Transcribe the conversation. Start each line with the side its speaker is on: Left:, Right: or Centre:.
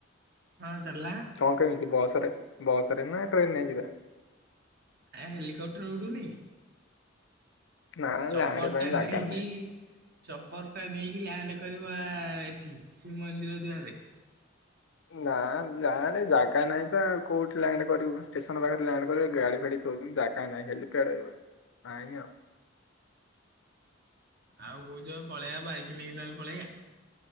Right: ହଁ ଚାଲୁନା
Left: କଣ କେମିତି ବସ୍ ବସ୍ ରେ ନା ଟ୍ରେନ୍ ରେ ଯିବା?
Right: ଏ ହେଲିକପ୍ଟର ଉଡ଼ୁନି?
Left: ନା
Right: ଚପର
Left: ଲାଣ୍ଡ ପାଇଁ
Right: ଟା
Left: ଜାଗା
Right: ନେଇକି
Left: ନାହିଁ
Right: ଚପର ଟା ନେଇକି ଲ୍ୟାଣ୍ଡ କରିବ ଆ ଆ ଏଠି ଶ୍ରୀମନ୍ଦିର ଦୁଆରେ।।
Left: ନା ନା ଆରେ ଜାଗା ନାହିଁ ବା ଆଉ କୋଉଠି ଲ୍ୟାଣ୍ଡ କରିବୁ ଷ୍ଟେସନ୍ ପାଖରେ ଲ୍ୟାଣ୍ଡ କରିବୁ ଗାଡି ଫାଡି ଥଉଛନ୍ତି ଜାଗା ନାହିଁ ହେଲିକପ୍ଟର ନାହିଁ ଆଉ।
Right: ଆଉ କହୁଛ ପଳେଆ ବାଇକ୍ କି ନ କି ନାଲେ <unintelligible> ପଳେୟା